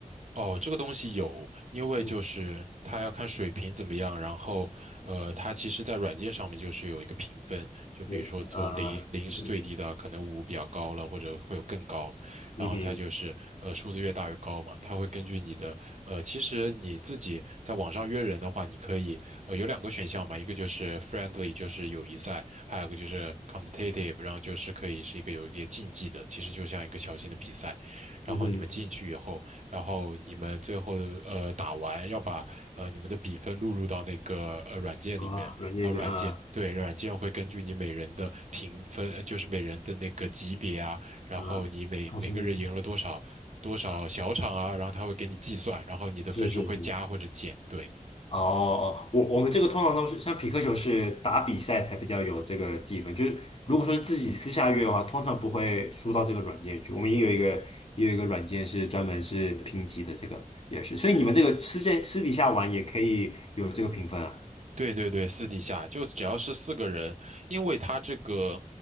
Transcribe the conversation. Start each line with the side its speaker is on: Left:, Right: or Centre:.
Right: 哦，这个东西有，因为就是它要看水平怎么样，
Left: 嗯，
Right: 然后，呃，它其实在软件上面就是有一个评分，就比如说从零零是最低的，
Left: 有啊，对对对，
Right: 可能五比较高了，或者会有更高的，然后它就是呃数字越大越高嘛，
Left: 嗯哼
Right: 它会根据你的呃，其实你自己在网上约人的话，你可以呃有两个选项嘛，一个就是 friendly，就是友谊赛，还有一个就是 competitive，然后就是可以是一个有一个竞技的，其实就像一个小型的比赛，然后你们进去以后。
Left: 嗯哼，
Right: 然后你们最后呃打完要把呃你们的比分录入到那个呃软件里面，
Left: 啊，软件里面啊
Right: 然后软件对软件会根据你每人的评分，呃就是每人的那个级别啊，然后你每每个人赢了多少多少小场啊，
Left: 啊，创新啊，
Right: 然后他会给你计算，然后你的分数会加或者减，
Left: 是是是，
Right: 对。
Left: 哦哦，我我们这个通常都是像匹克球是打比赛才比较有这个积分，就是如果说是自己私下约的话，通常不会输到这个软件去。我们也有一个也有一个软件是专门是评级的，这个也是。所以你们这个私在私底下玩也可以有这个评分啊。
Right: 对对对，私底下就是只要是四个人，因为他这个，